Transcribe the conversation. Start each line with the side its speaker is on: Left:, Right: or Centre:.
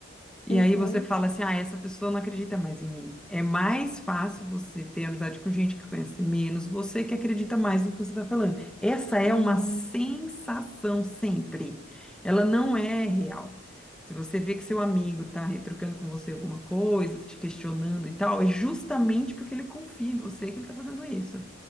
Centre: E
Left: <laughs>
Centre: aí você fala assim, ah, essa pessoa não acredita mais em mim. É mais fácil você ter amizade com gente que conhece menos, você que acredita mais no que você está falando. Essa é
Left: Uhum.
Centre: uma sensação
Left: Hum,
Centre: sempre. Ela não é real. Se você vê que seu amigo está retrucando com você alguma coisa, tá te questionando e tal, é justamente porque ele confia em você que ele está fazendo isso.